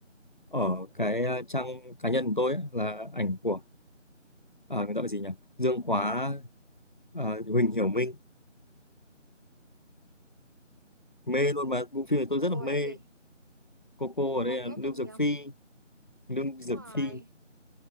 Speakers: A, on the left; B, on the right.
A: ở cái ờ, trang cá nhân của tôi ấy, là ảnh của ờ, người ta gọi gì nhỉ Dương Quá ờ, Huỳnh Hiểu Minh mê luôn mà bộ
B: ừ,
A: phim này
B: cô
A: tôi rất
B: cô
A: là mê
B: là cái gì
A: cô cô
B: cô cô
A: ở đây
B: ông
A: là
B: nhớ
A: Lưu
B: tên
A: Dược
B: gì không
A: Phi Lưu Dược
B: đúng rồi
A: Phi